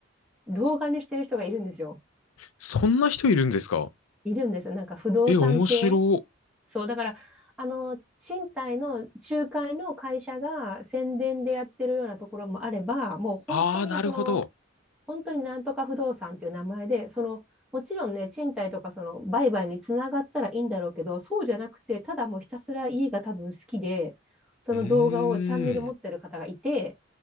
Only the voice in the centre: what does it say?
動画にしてる人がいるんですよ。
いるんです。なんか不動産系。
そう、だから、あの、賃貸の仲介の会社が宣伝でやってるようなところもあれば、もう本当にその、
本当になんとか不動産っていう名前で、その、もちろんね、賃貸とかその売買につながったらいいんだろうけど、そうじゃなくて、ただもうひたすら家が多分好きで、その動画をチャンネル持ってる方がいて、